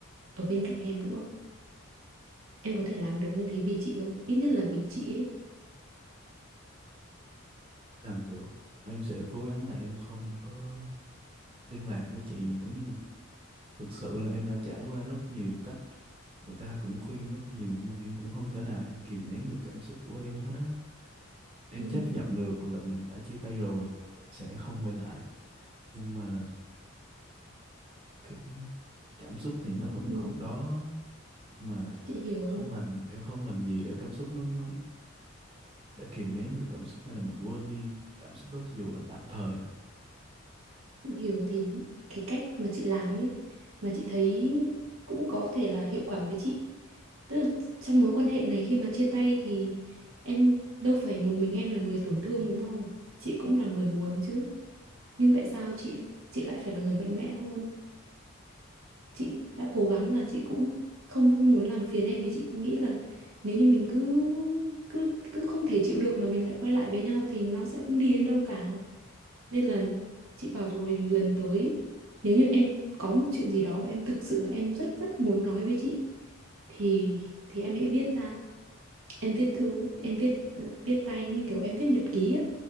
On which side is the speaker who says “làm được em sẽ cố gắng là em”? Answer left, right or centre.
Right